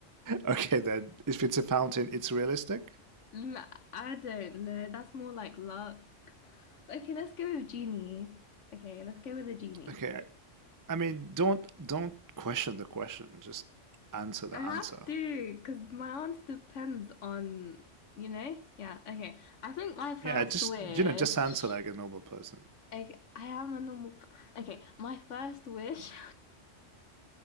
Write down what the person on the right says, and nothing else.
Okay, then if it's a fountain, it's realistic.
Okay. I mean, don't don't question the question. Just answer the
answer.
Yeah, just
you know, just answer like a normal person.